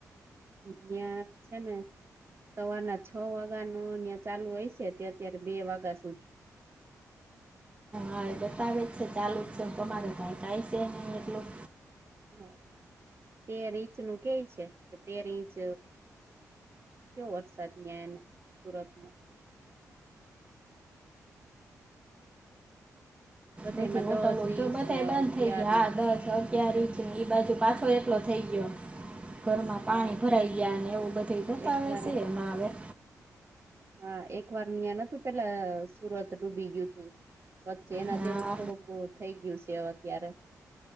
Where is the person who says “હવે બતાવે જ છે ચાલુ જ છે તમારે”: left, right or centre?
Right